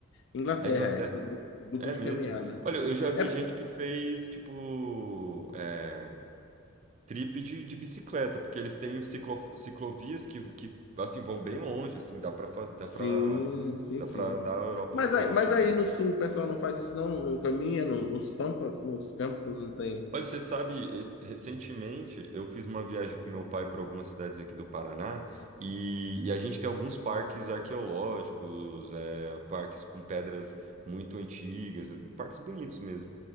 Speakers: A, on the left (about 60°); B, on the right (about 35°).
A: Inglaterra,
B: Na Inglaterra?
A: é, tem grupo
B: É
A: de
B: mesmo.
A: caminhada.
B: Olha, eu já vi
A: É,
B: gente que fez, tipo, é, trip de, de bicicleta, porque eles têm ciclo, ciclovias que, que, assim, vão bem longe, assim, dá pra fazer, dá
A: sim,
B: pra,
A: sim,
B: dá
A: sim.
B: pra andar a Europa
A: Mas
B: toda,
A: aí, mas
B: se eu
A: aí
B: não me
A: no
B: engano.
A: sul o pessoal não faz isso, não? Não caminha no- nos pampas, nos campos, não tem.
B: Olha, você sabe, eh, recentemente eu fiz uma viagem com meu pai para algumas cidades aqui do Paraná e, e a gente tem alguns parques arqueológicos, eh, parques com pedras muito antigas, parques bonitos mesmo.